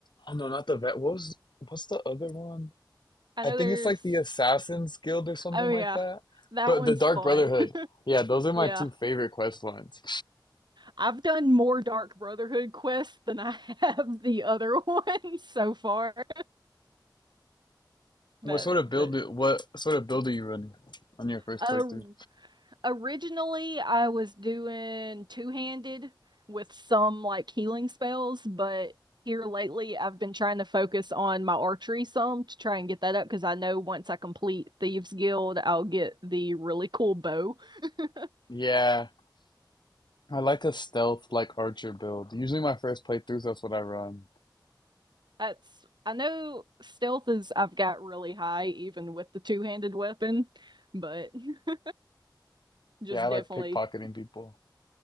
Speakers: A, on the left; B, on the right.
A: oh no, not the vet. What was what's the other one?
B: I
A: I
B: know
A: think
B: there's
A: it's like the Assassin's Guild or something
B: Oh
A: like
B: yeah.
A: that.
B: That
A: But
B: one's
A: the Dark
B: fun.
A: Brotherhood.
B: <laughs>
A: Yeah, those are my
B: Yeah.
A: two favorite quest lines.
B: I've done more Dark Brotherhood quests than I <laughs> have the other <laughs> ones so far.
A: What
B: But
A: sort of
B: but
A: build? do- What sort of build are you running on your first
B: uh,
A: playthrough?
B: originally I was doing two-handed with some like healing spells, but here lately I've been trying to focus on my archery some to try and get that up because I know once I complete Thieves Guild, I'll get the really cool bow. <laughs>
A: Yeah. I like a stealth like archer build. Usually my first playthroughs, that's what I run.
B: That's I know stealth is I've got really high even with the two-handed weapon, but <laughs> just
A: Yeah, I
B: definitely
A: like pickpocketing people.